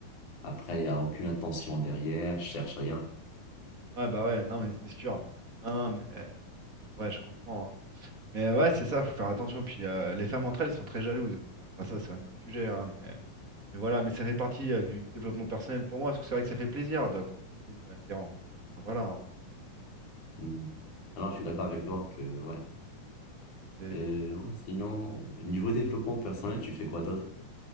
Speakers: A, on the left; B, on the right.
A: Après, il n'y a aucune attention derrière, je cherche rien.
B: Ouais, bah ouais, non, mais c'est sûr. Non, mais, euh, ouais, je comprends. hein. Mais ouais, c'est ça, faut faire attention. Puis euh, les femmes entre elles sont très jalouses aussi. hein. Enfin, ça, c'est un autre sujet, hein, mais, mais voilà, mais ça fait partie euh, du développement personnel pour moi, parce que c'est vrai que ça fait plaisir de, qu'on te trouve attirant. Enfin, voilà. hein.
A: Hmm. Alors, je suis d'accord avec toi que, ouais.
B: C'est-
A: Euh, ouais, Sinon, niveau développement personnel, tu fais quoi d'autre?